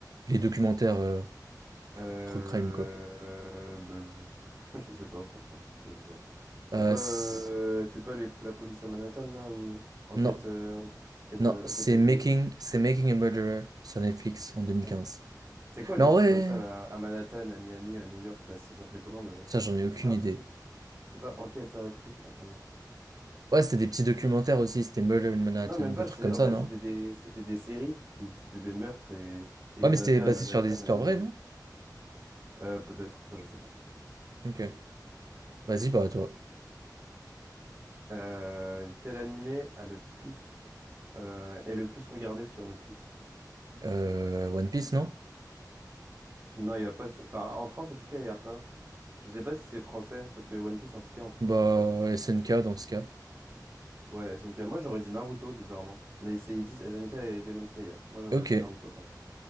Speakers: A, on the right; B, on the right.
A: Les documentaires euh,
B: Euh,
A: true crime, quoi.
B: bah, je... <laughs> je sais pas, franchement. Je sais pas. C'est
A: Euh,
B: pas, euh,
A: c'est-
B: c'est pas les- la police à Manhattan, là, ou enquête,
A: non,
B: euh, enquête,
A: non,
B: de-
A: c'est
B: enquête à Miami.
A: Making, c'est Making a Murderer sur Netflix en deux mille
B: Ouais.
A: quinze.
B: C'est quoi les
A: Mais en
B: trucs
A: vrai,
B: comme ça, là, à Manhattan, à Miami, à New York, là, ça s'appelait comment déjà?
A: ça, j'en ai aucune
B: C'est pas,
A: idée.
B: c'est pas enquête, un truc. Attends, non.
A: Ouais, c'était des petits documentaires aussi, c'était Murder in Manhattan,
B: Non, même
A: des
B: pas.
A: trucs
B: je sais-
A: comme
B: En
A: ça,
B: fait,
A: non?
B: c'était des, c'était des séries où c'était des meurtres et, et
A: Ouais,
B: il
A: mais
B: y en
A: c'était
B: avait
A: basé
B: à Manhattan,
A: sur des histoires
B: à Miami.
A: vraies, non?
B: Euh, peut-être, ça, je sais pas.
A: Ok. Vas-y, bah, toi.
B: Euh, quel animé a le plus, euh, est le plus regardé sur Netflix?
A: Euh, One Piece, non?
B: Non, il n'y a pas. sur- Enfin, en France, en tout cas, il n'y a pas. Je sais pas si c'est français, parce que One Piece, en tout cas, en France,
A: Bah,
B: il n'y a pas sur.
A: SNK
B: euh,
A: dans ce cas.
B: Ouais, SNK. Moi, j'aurais dit Naruto, bizarrement. Mais c'est- ils disent SNK et Demon Slayer. Moi, j'aurais
A: Ok.
B: dit Naruto quand même.